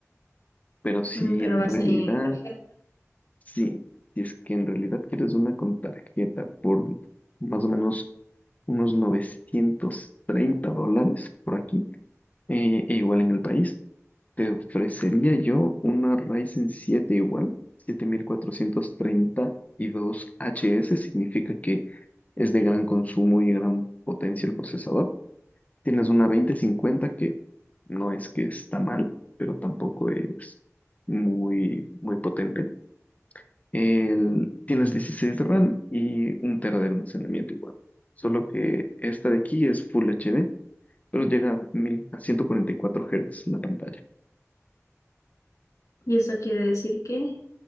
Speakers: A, on the left; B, on the left.
A: Pero si
B: Mm, pero
A: en
B: va
A: realidad,
B: a ser en tarjeta.
A: sí, si es que en realidad quieres una con tarjeta por más o menos unos 930 dólares por aquí, eh, e igual en el país, Te ofrecería yo una Ryzen 7 igual, 7432HS, significa que es de gran consumo y gran potencia el procesador. Tienes una 2050 que no es que está mal, pero tampoco es muy, muy potente. El- tienes 16 de RAM y un tera de almacenamiento igual. Solo que esta de aquí es Full HD, pero llega a, 1000 a 144 Hz la pantalla.
B: ¿Y eso quiere decir que?